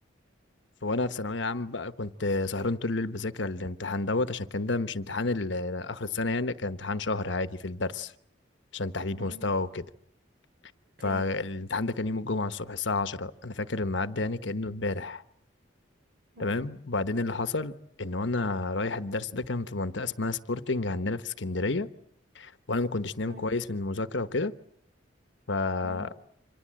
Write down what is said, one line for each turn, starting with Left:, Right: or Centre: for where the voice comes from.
Left: ف- وانا في ثانويه عامه بقى كنت آه، سهران طول الليل بذاكر الامتحان دوت عشان كان ده مش امتحان ال- اخر السنه يعني كان امتحان شهر عادي في الدرس عشان تحديد
Right: امم
Left: مستوى وكده
Right: اوكي
Left: فالامتحان ده كان يوم الجمعه الصبح الساعه 10 انا فاكر الميعاد ده يعني كانه امبارح
Right: امم
Left: تمام وبعدين اللي حصل ان وانا رايح الدرس ده كان في منطقه اسمها سبورتنج عندنا في اسكندريه وانا ما كنتش نايم
Right: امم
Left: كويس من المذاكره وكده فالطريقه
Right: امم